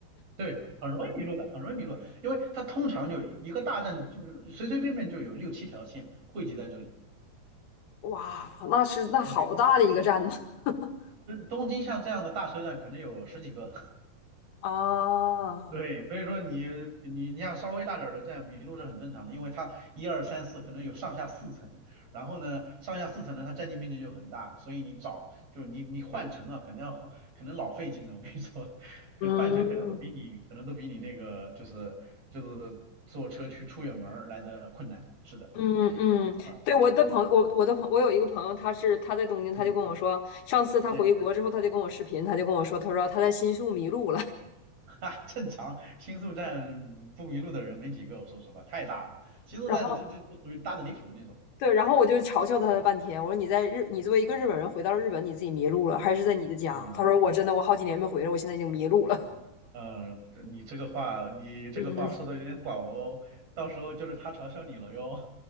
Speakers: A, on the right (about 40°); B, on the left (about 85°).
A: 对，很容易迷路的，很容易迷路的，因为它通常就一个大站，就是随随便便就有六七条线汇集在这里。
B: 哇，那是那好大的一个站呢。
A: 对，
B: <laughs>
A: 东京像这样的大车站可能有十几个，<laughs>
B: 啊，
A: 对，所以说你你你像稍微大点儿的站迷路是很正常的，因为它一二三四可能有上下四层，然后呢上下四层呢它占地面积就很大，所以你找就你你换乘啊，可能要换可能老费劲了，我跟你说，<laughs> 可换乘可能都比你可能都比你那个就是就是坐车去出远门儿来的困难，
B: 嗯
A: 是的，
B: 嗯嗯，
A: 啊
B: 对，我的朋我我的朋我有一个朋友，他是他在东京，他就跟我说，
A: 嗯，
B: 上次他回国之后，
A: 那、<laughs>
B: 他就跟我视频，他就跟我说，他说他在新宿迷路了。
A: 哈，正常，新宿站不迷路的人没几个，我说实话太大了，新宿站这这这属于大的离谱的那种，
B: <laughs> 然后对，然后我就嘲笑他了半天。我说你在日，你作为一个日本人回到了日本，你自己迷路了，还是在你的家？
A: 嗯。
B: 他说我真的，我好几年没回来，我现在已经迷路了。
A: 嗯，这你这个话，你这个话说的有点早哦，
B: 嗯，<laughs>
A: 到时候就是他嘲笑你了哟。